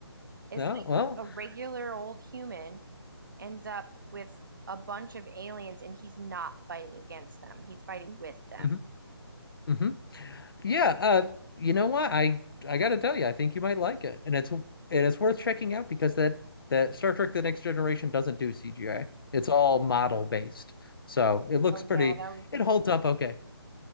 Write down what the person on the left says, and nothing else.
Oh,
well,
hmm hmm Yeah, uh, you know what? I I gotta tell you, I think you might like it, and it's and it's worth checking out because that that Star Trek: The Next Generation doesn't do CGI. It's all model based, so it looks
pretty.
It holds up okay.